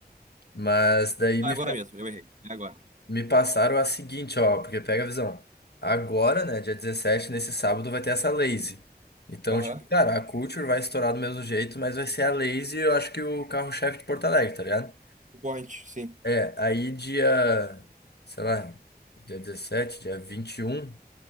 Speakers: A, on the left; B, on the right.
A: Mas daí
B: Agora
A: me,
B: mesmo, eu errei. é Agora.
A: me passaram a seguinte, ó, porque pega a visão. Agora, né, dia 17 nesse sábado, vai ter essa Lazy. Então,
B: Aham.
A: tipo, cara, a Culture vai estourar do mesmo jeito, mas vai ser a Lazy, eu acho que o carro-chefe de Porto Alegre, tá ligado?
B: Point, sim.
A: É, aí dia, sei lá, dia 17 dia 21